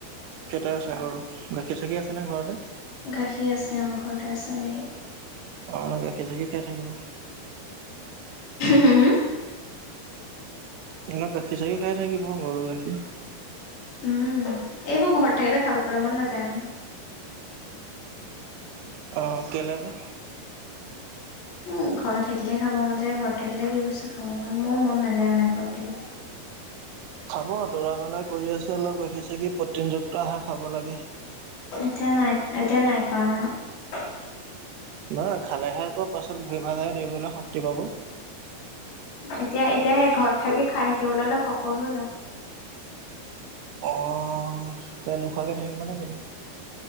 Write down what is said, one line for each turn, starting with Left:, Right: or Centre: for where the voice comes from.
Right: কেইটা আছে গৰু গাখীৰ চাখি আছে নে ঘৰতে?
Left: গাখীৰ আছে অ ঘৰতে আছে গাখীৰ।
Right: অ গাখীৰ চাখি খাই থাকিব।
Left: হমঁ।
Right: দিনত গাখীৰ-চাখী খাই থাকিব গৰু গাখীৰ।
Left: উমঁ। এইবোৰ ঘৰত থাকিলে খাবলৈ মন নাযায় নহয়।
Right: অ', কেলে বা?
Left: উমঁ ঘৰত নাথাকিলে- খাব মন যায়, ঘৰত থাকিলে যি বস্তু খাব মন মোৰ মন নাযায় মানে ঘৰত। থাকিলে।
Right: খাব দৰা মেলা- কৰি আছে অলপ দেখিছে কি প্ৰটিনযুক্ত আহাৰ খাব লাগে।
Left: এতিয়া নাই এতিয়া নাই কৰা নহয়।
Right: নাই খালেহে আকৌ পাছত ভৰি ভালদৰে দৌৰিবলৈ শক্তি পাব
Left: এতিয়া এতিয়া ঘৰত থাকি খাই থাকিবলৈ হ'লে হকত হৈ যাম।
Right: অ', তই নোখোৱাকে থাকিবা নে কিনু?